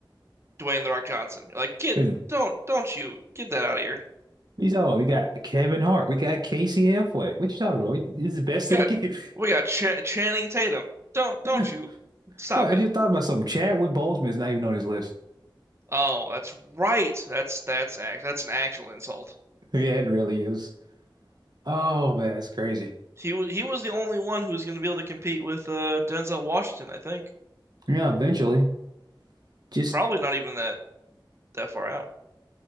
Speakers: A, on the right; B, on the right.
A: Dwayne The Rock Johnson. You're like, get
B: You
A: don't don't you get that out of here.
B: talking about? We got Kevin Hart. We got Casey Affleck. What you talking about? We, this is the best
A: We got
B: of the game.
A: we got Ch Channing Tatum. Don't
B: <laughs>
A: don't
B: Wait,
A: you stop
B: I
A: it.
B: just thought about something. Chadwick Boseman is not even on his list. <laughs>
A: Oh, that's right. That's that's act that's an actual insult.
B: Yeah, it really is. Oh man, it's crazy.
A: He he was the only one who was going to be able to compete with uh, Denzel Washington, I think.
B: Yeah, eventually. Just.
A: Probably not even that that far out.